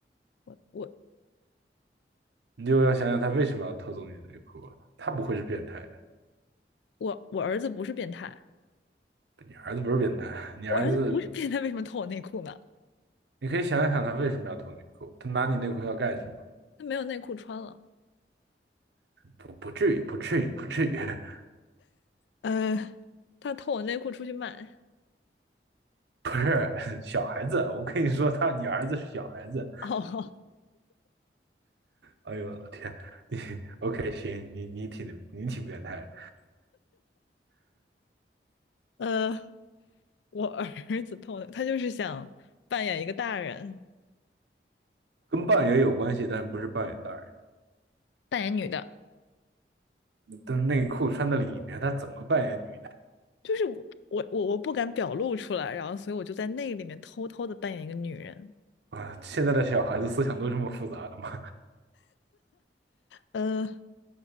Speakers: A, on the left; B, on the right.
A: 我我
B: 你就要想想他为什么要偷走你的内裤啊他不会是变态的，
A: 我我儿子不是变态，
B: 你儿子不是变态，你儿子，
A: 我儿子不是变态，为什么偷我内裤呢？
B: 你可以想一想他为什么要偷内裤，他拿你内裤要干什么？
A: 他没有内裤穿了，
B: 不不至于，不至于，不至于。<laughs>
A: 呃，他偷我内裤出去卖。
B: <laughs> 不是小孩子，我跟你说他，你儿子是小孩子。
A: 哦，
B: 哎呦我天，OK，行，你你挺你挺变态的，
A: 呃，我儿子偷的，他就是想扮演一个大人，
B: 跟扮演有关系，但是不是扮演大人。
A: 扮演女的。
B: 但是内裤穿在里面，他怎么扮演女
A: 就是我我我我不敢表露出来，然后所以我就在那个里面偷偷的扮演一个女人。
B: 啊？现在的小孩子思想都这么复杂的吗？
A: 呃，